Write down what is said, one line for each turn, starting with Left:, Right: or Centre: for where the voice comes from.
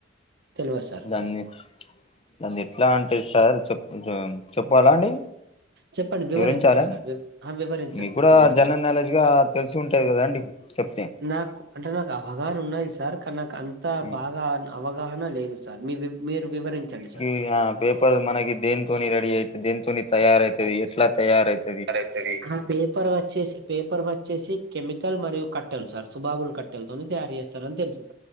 Right: తెలియదు సార్
Left: దాన్ని దానిదీ ఎట్లా అంటే సార్ చెప్పు చెప్పాలా అండి
Right: చెప్పండి వివరించండి
Left: వివరించాల
Right: సార్ వివరించండి
Left: మీకు
Right: సార్
Left: కూడా
Right: వివరించండి
Left: జనరల్ నాలెడ్జ్ గా తెలిసి ఉంటాయి కదా అండి చెప్తే
Right: నాకు అంటే నాకు అవగాహన ఉన్నాయి సార్ కానీ నాకు అ అంత
Left: హ్మ్.
Right: బాగా అవగాహన లేదు సార్ మీ మీరు వివరించండి సార్
Left: ఇగ ఆ బె మనకి దేనితోని రెడీ అయితాది దేనితోని తయార అయితాది ఎట్లా తయారు అయితాది
Right: తయారైతాది పేపర్ వచ్చేసి పేపర్ వచ్చేసి కెమికల్ మరియు కట్టెలు సార్ సుభాబులు కట్టెలతోని తయారు చేస్తారని తెల్సింది